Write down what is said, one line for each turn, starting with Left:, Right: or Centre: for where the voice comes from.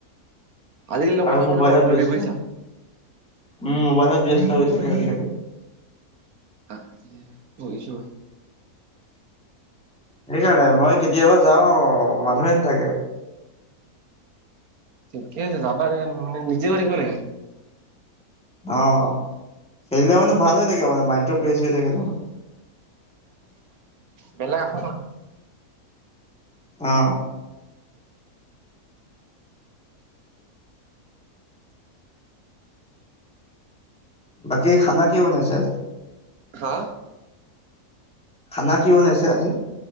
Right: আজিকালি লগৰ
Centre: আৰু
Right: চব
Centre: মোবাইলত
Right: মানে মতলবি
Centre: ব্যস্ত
Right: বুজিছা।
Centre: উম মোবাইলত ব্যস্ত হৈ <inaudible>
Right: আ পঢ়িছো।
Centre: সেইকাৰণে মই কেতিয়াবা যাওঁ আৰু মানুহে থাকে।
Right: ঠিকে আছে যাবা মানে নিজে গৈ থাকিব লাগে।
Centre: অ' খেলিলে মানে ভাল হৈ থাকে মানে মাইণ্ডটো ফ্ৰেছ হৈ থাকে তোমাৰ।
Right: বেলেগ আশা নকৰা।
Centre: অহ। বাকী খানা কি বনাইছে আজি?
Right: হা।
Centre: খানা কি বনাইছা আজি।